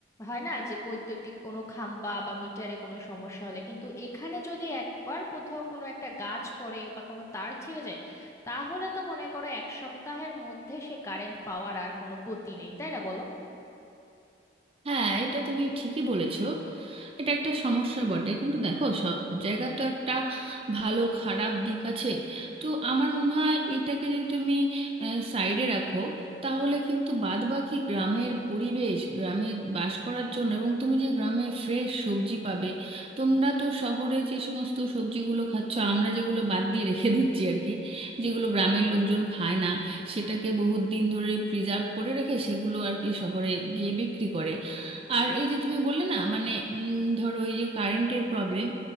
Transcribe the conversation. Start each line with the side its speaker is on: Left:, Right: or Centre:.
Left: হয় না যে বৈদ্যুতিক কোনো খাম্বা বা মিটারে কোনো সমস্যা হলে কিন্তু এখানে যদি একবার কোথাও কোনো একটা গাছ পড়ে বা কোনো তার ছিঁড়ে যায় তাহলে তো মনে করো এক সপ্তাহের মধ্যে সে কারেন্ট পাওয়ার আর কোনো গতি নেই তাই না বলো
Right: হ্যাঁ এটা তুমি ঠিকই বলেছো এটা একটা সমস্যা বটে কিন্তু দেখো সব জায়গা তো একটা ভালো খারাপ দিক আছে তো আমার মনে হয় এটাকে যদি তুমি সাইডে রাখো তাহলে কিন্তু বাদবাকি গ্রামের পরিবেশ গ্রামে বাস করার জন্য এবং তুমি যে গ্রামে ফ্রেশ সবজি পাবে তোমরা তো শহরে যে সমস্ত সবজিগুলো খাচ্ছ আমরা যেগুলো বাদ দিয়ে রেখে দিচ্ছি আর কি যেগুলো গ্রামের লোকজন খায় না সেটাকে বহুত দিন ধরে প্রিজার্ভ করে রেখে সেগুলো আর কি শহরে গিয়ে বিক্রি করে আর এই যে তুমি বললে না মানে উম, ধরো এই যে কারেন্টের প্রবলেম